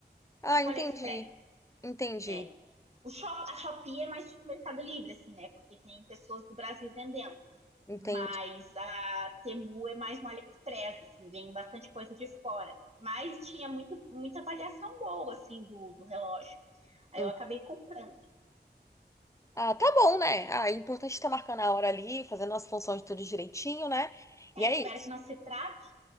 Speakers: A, on the left; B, on the right.
A: Ah,
B: tipo
A: entendi.
B: AliExpress,
A: Entendi.
B: é. O shop, a Shopee é mais tipo Mercado Livre, assim, né? Porque tem pessoas do Brasil vendendo.
A: Entendi.
B: Mas a Temu é mais no AliExpress, assim, vem bastante coisa de fora. Mas tinha muito, muita avaliação boa, assim, do, do relógio. Aí
A: Entendi.
B: eu acabei comprando.
A: Ah, tá bom, né? Ah, é importante estar marcando a hora ali, fazendo as funções tudo direitinho, né? E
B: É,
A: é
B: espero
A: isso.
B: que não se trate.